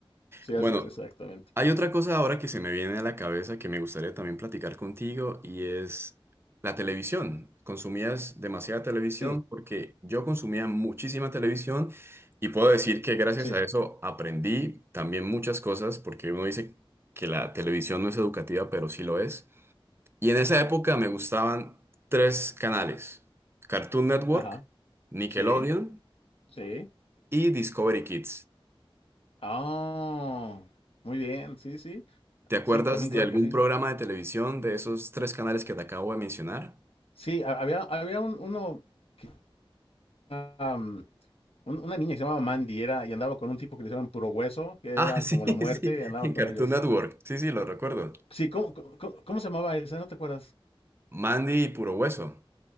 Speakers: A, on the left; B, on the right.
A: sí,
B: Bueno,
A: así es, exactamente.
B: hay otra cosa ahora que se me viene a la cabeza que me gustaría también platicar contigo y es la televisión. Consumías demasiada televisión
A: Sí,
B: porque yo consumía muchísima televisión y puedo decir que gracias
A: sí,
B: a eso aprendí también muchas cosas porque uno dice que la televisión no es educativa, pero sí lo es. Y en esa época me gustaban tres canales, Cartoon Network,
A: ajá,
B: Nickelodeon
A: sí, sí.
B: y Discovery Kids.
A: Ah, muy bien, sí, sí,
B: ¿Te acuerdas
A: sí, también
B: de
A: claro
B: algún
A: que sí.
B: programa de televisión de esos tres canales que te acabo de mencionar?
A: Sí, ha- había, había un- uno, que, am, un- una niña que se llamaba Mandy era, y andaba con un tipo que le llamaban Puro Hueso, que
B: Ah,
A: era
B: <laughs> sí,
A: como la muerte,
B: sí,
A: y andaba
B: en
A: con
B: Cartoon
A: ellos.
B: Network. Sí, sí, lo recuerdo.
A: Sí, ¿cómo, cómo, cómo- cómo se llamaba esa? ¿No te acuerdas?
B: Mandy y Puro Hueso.